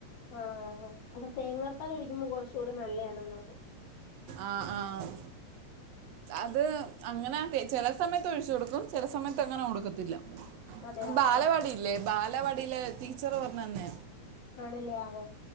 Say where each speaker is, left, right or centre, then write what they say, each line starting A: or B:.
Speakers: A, on the left; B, on the right.
A: ആഹ് ആ അയിന് തേങ്ങാപ്പാലൊ ഴിക്കുമ്പോ കുറച്ചൂടി നല്ലെയാണെന്ന് തോന്നുന്നു.
B: ആഹ്, ആഹ്. അത് അങ്ങനെ ചെല സമയത്ത് ഒഴിച്ചു കൊടുക്കും ചെല സമയത്ത് അങ്ങനെ കൊടുക്കത്തില്ല.
A: അതെ ആഹ്
B: ബാലവാടില്ലേ ബാലവാടിയിലെ ടീച്ചറ് പറഞ്ഞു തന്നേ.
A: ആണല്ലേ ആഹ്